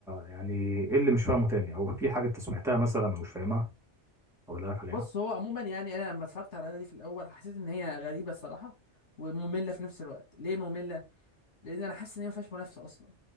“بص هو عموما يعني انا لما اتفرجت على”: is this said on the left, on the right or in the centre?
Left